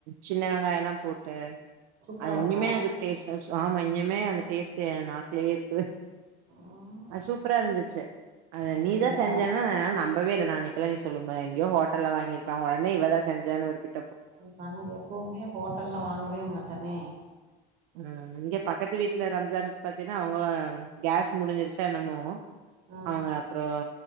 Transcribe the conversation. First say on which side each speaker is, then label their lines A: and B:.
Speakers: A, on the right; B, on the right.
A: சின்ன வெங்காயொல்லா போட்டு
B: சூப்பரா
A: அது
B: இருக்கா
A: இன்னுமே எனக்கு டேஸ்ட் டா ச ஆமா இன்னுமே அந்த டேஸ்ட்டு ஏ நாக்குலயே இருக்குது
B: ம்
A: அ சூப்பரா இருந்துச்சு அது
B: அப்படியா
A: நீதா செஞ்சன்னா என்னால் நம்பவே இல்ல நா அன்னைக்கிலா நீ சொல்லும்போது எங்கயோ ஹோட்டல்ல வாங்கிருப்பா ஒடனே இவ தா செஞ்சானு ஒரு பிட்
B: நாங்க எப்பவுமே ஹோட்டல்ல வாங்கவே மாட்டனே
A: ம் இங்க பக்கத்து வீட்ல ரம்ஜானுக்கு பாத்தீங்கனா அவுங்க கேஸ் முடிஞ்சிருச்சா என்னமோ
B: ம்
A: அவுங்க அப்புறோ